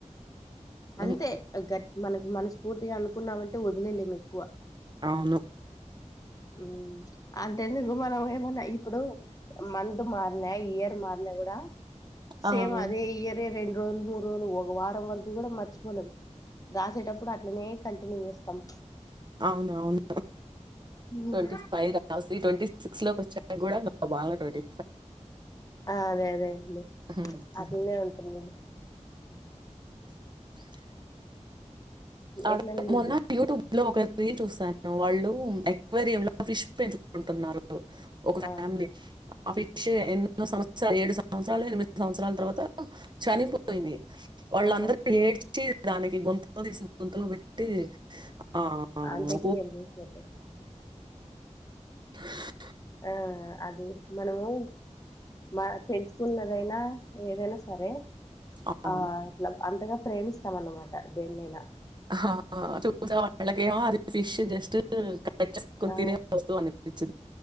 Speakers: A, on the right; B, on the left.
A: ఉమ్.
B: తే గట్ మనక్, మనస్ఫూర్తిగా అనుకున్నామంటే ఓద్. <unintelligible> ఎక్కువ.
A: అవును.
B: ఉమ్ అంతెందుకు మనం ఏమన్నా ఇప్పుడు, మంత్ మారిన, ఇయర్ మారిన గూడా. సేమ్
A: ఆ, అవును
B: అదే ఇయర్. రెండు రోజులు, మూడు రోజులు, ఒక వారం వరకు గూడా మర్చిపోలేం. రాసేటప్పుడు అట్లనే కన్. టిన్యూ చేస్తాం.
A: అవును, అవును ట్వంటీ
B: ఉమ్.
A: ఫైవ్ రాసి, ట్వంటీ. సిక్స్ లోక్ ఓచ్చాక గూడా. <inaudible>
B: ఆ అదే అదే అండి,
A: ఫైవ్
B: అట్లానే ఉంటుంది. అ
A: అఓే అదే
B: ఎట్లా అండి మీకు
A: మొన్న యూట్యూబ్ లో ఒకర్. రీల్ చూసాను, వాళ్ళు ఎక్వేరియం లో ఫిష్ పెంచూకుంటున్నారు. <unintelligible> ఒక ఫ్యామిలీ.
B: ఆ
A: ఆఫెక్ష ఎన్నో సంవత్సరాల్ ఏడు సంవత్సరాలు, ఎనిమిది సంవత్సరాల తర్వాత చనిపోయింది. వాళ్ళందర్
B: ఆహా
A: ఎడ్చ్. చీ దానికి గోన్త్. <unintelligible> గుంతలో వెట్టి. ఆ ఆ.
B: అంత్యక్రియలు చేసినట్టు
A: <inaudible> <unintelligible>
B: ఆ అది మనము, మా తెలుసున్నదైనా. ఏదైనా సరే.
A: అవును.
B: ఆ అట్ల అంతగా ఫ్రేమ్స్. ఇష్టం అన్నమాట దేన్నైనా.
A: హా చూసే వాళ్లకేమో, అది ఫిష్ జస్ట్ ఇంకా. పచ్చకుని
B: ఆ
A: తినే వస్తువు అనిపించింది.